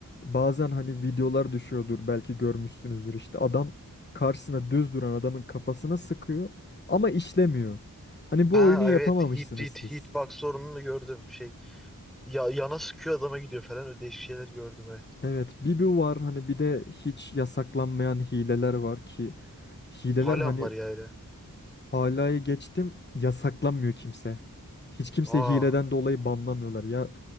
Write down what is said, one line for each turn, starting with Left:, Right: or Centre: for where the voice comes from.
Left: Bazen hani videolar düşüyordur belki görmüşsünüzdür işte adam karşısına düz duran adamın kafasına sıkıyor ama işlemiyor. Hani bu
Centre: Ha
Left: oyunu yapamamışsınız
Centre: evet hit hit
Left: siz.
Centre: hitbox sorununu gördüm şey ya yana sıkıyor adama gidiyor falan öyle değişik şeyler gördüm evet.
Left: Evet, bir bu var hani bir de hiç yasaklanmayan hileler var ki hileler
Centre: Hala
Left: hani
Centre: mı var ya öyle?
Left: halayı geçtim yasaklanmıyor kimse. Hiç kimse
Centre: Aa,
Left: hileden dolayı banlamıyorlar ya.